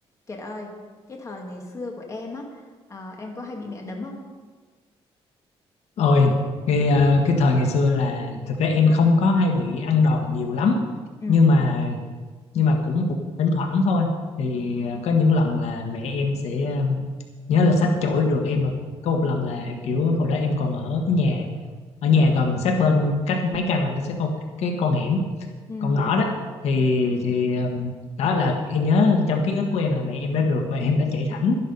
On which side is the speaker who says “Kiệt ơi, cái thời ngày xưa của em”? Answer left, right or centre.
Left